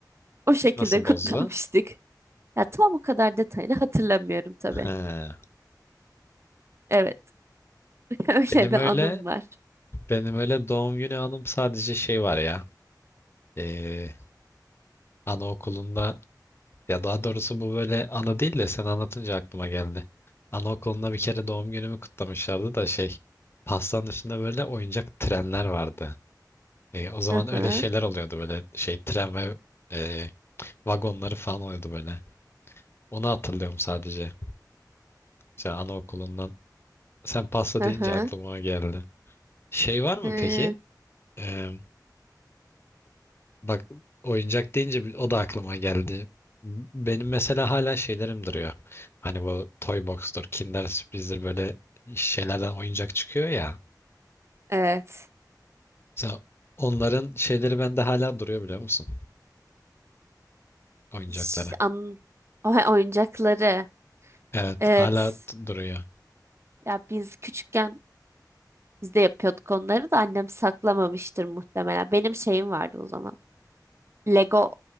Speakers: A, on the right; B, on the left.
A: O şekilde
B: Nasıl
A: <laughs> kutlamıştık.
B: bozdu?
A: Ya tam o kadar detayını hatırlamıyorum tabii.
B: Ha.
A: Evet, <laughs> öyle
B: Benim
A: bir
B: öyle
A: anım var.
B: benim öyle doğum günü anım sadece şey var ya. Ee, anaokulunda ya daha doğrusu bu böyle anı değil de sen anlatınca aklıma geldi. Anaokulunda bir kere doğum günümü kutlamışlardı da şey pastanın üstünde böyle oyuncak trenler vardı. E, o zaman
A: Hı
B: öyle
A: hı.
B: şeyler oluyordu böyle şey tren ve e, vagonları falan oluyordu böyle. Onu hatırlıyorum sadece. Mesela anaokulundan. Sen pasta
A: Hı
B: deyince
A: hı.
B: aklıma o geldi. Şey var mı
A: Hı.
B: peki? E, bak oyuncak deyince bir- o da aklıma geldi. Benim mesela hala şeylerim duruyor. Hani bu Toy Box'tur, Kinder Sürpriz'dir böyle şeylerden oyuncak çıkıyor ya.
A: Evet.
B: Mesela onların şeyleri bende hala duruyor biliyor musun? Oyuncakları.
A: Ş- An o oyuncakları.
B: Evet
A: Evet.
B: hala duruyor.
A: Ya biz küçükken biz de yapıyorduk onları da annem saklamamıştır muhtemelen. Benim şeyim vardı o zaman. Lego